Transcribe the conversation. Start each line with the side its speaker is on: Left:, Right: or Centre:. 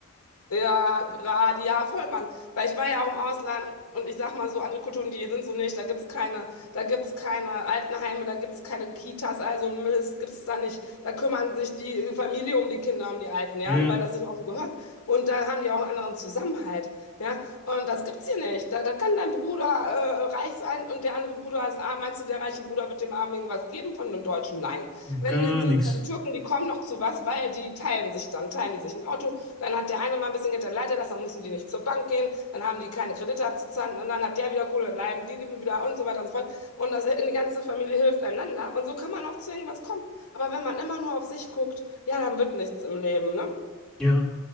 Left: Ja, gerade, ja, voll, Mann. Weil ich war ja auch im Ausland und ich sag mal so, andere Kulturen, die sind so nicht, da gibt's keine, da gibt's keine Altenheime, da gibt's keine Kitas, also ein Mist gibt's da nicht. Da kümmern sich die Familie um die Kinder, um die Alten, ja,
Centre: Ja,
Left: weil das sich auch so gehört. Und da haben die auch einen anderen Zusammenhalt, ja. Und das gibt's hier nicht. Da, da kann dein Bruder äh, reich sein und der andere Bruder ist arm. Meinst du, der reiche Bruder wird dem Armen irgendwas geben von einem Deutschen? Nein.
Centre: gar
Left: Wenn du jetzt siehst,
Centre: nichts.
Left: aber die Türken, die kommen noch zu was, weil die teilen sich dann, teilen die sich ein Auto, dann hat der eine mal ein bisschen Geld, dann leiht das, dann müssen die nicht zur Bank gehen, dann haben die keine Kredite abzuzahlen und dann hat der wieder Kohle, dann leiden die leben wieder und so weiter und so fort. Und das, äh, die ganze Familie hilft einander und so kann man auch zu irgendwas kommen. Aber wenn man immer nur auf sich guckt, ja, dann wird nichts im Leben, ne?
Centre: Ja.